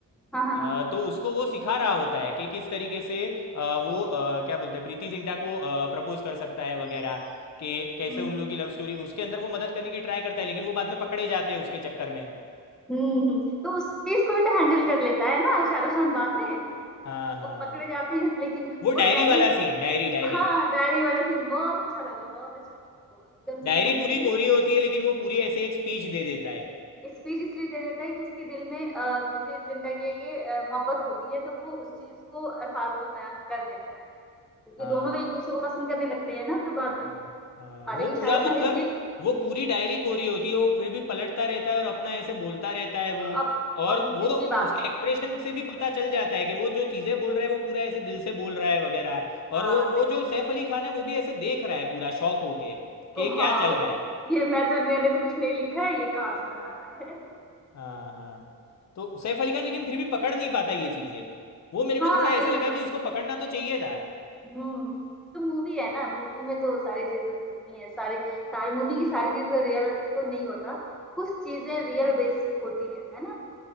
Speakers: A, in the centre; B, on the left (about 55°).
A: हाँ हाँ
B: अ,
A: हाँ
B: तो उसको वो सिखा रहा होता है कि किस तरीके से अ, वो अ, क्या बोलते हैं प्रीति जिंटा को प्रपोज कर सकता है वगैरह कि कैसे
A: हम्म
B: उन लोगों की लव स्टोरी उसके अंदर वो मदद करने की ट्राई करता है लेकिन वो बाद में पकड़े जाते हैं उसके चक्कर में
A: हम्म हम्म। तो उस चीज को भी तो हैंडल कर लेता है ना शाहरुख खान बाद में
B: हाँ हाँ
A: वो पकड़े जाते हैं लेकिन
B: वो
A: वो
B: डायरी
A: टैलेंट
B: वाला सीन डायरी डायरी
A: हाँ डायरी वाला सीन बहुत अच्छा लगा बहुत अच्छा लगा वो एकदम
B: डायरी
A: से होता
B: पूरी
A: है क्योंकि
B: कोरी होती है लेकिन वो पूरी ऐसे एक स्पीच दे देता है
A: स्पीच इसलिए दे देता है कि उसके दिल में अ, प्रीति जिंटा के लिए अ, मोहब्बत होती है तो वो उस चीज को अल्फाज में बयान कर देता है क्योंकि
B: हाँ
A: दोनों एक दूसरे को पसंद करने लगते हैं ना फिर बाद में
B: हाँ हाँ,
A: आ
B: वो
A: जाएगी
B: पूरा
A: शाहरुख
B: मतलब
A: खान इसलिए
B: वो पूरी डायरी कोरी होती है वो फिर भी पलटता रहता है और अपना ऐसे बोलता रहता है वो
A: अब
B: और
A: अब
B: वो
A: दिल
B: उसके
A: की बात
B: एक्सप्रेशन से भी पता चल जाता है कि वो जो चीज़ें बोल रहा है वो पूरा ऐसे दिल से बोल रहा है वगैरह
A: हाँ
B: और वो
A: दिल
B: वो जो
A: से बात।
B: सैफ अली खान है वो भी ऐसे देख रहा है पूरा शौक होके कि
A: ओ
B: ये
A: हाँ
B: क्या चल
A: ओ,
B: रहा है
A: ये मैं तो मैंने तो कुछ नहीं लिखा है ये कहाँ से बता रहा है
B: हाँ हाँ तो सैफ अली खान लेकिन फिर भी पकड़ नहीं पाता ये चीज़ें वो मेरे को
A: हाँ
B: थोड़ा ऐसे
A: नहीं
B: लगा
A: पकड़
B: कि
A: पाती
B: उसको पकड़ना तो चाहिए था
A: हम्म तो मूवी है ना मूवी में तो सारी चीजें होती हैं सारे सारी मूवी की सारी चीजें रियल तो नहीं होता कुछ चीजें रियल बेस होती हैं है ना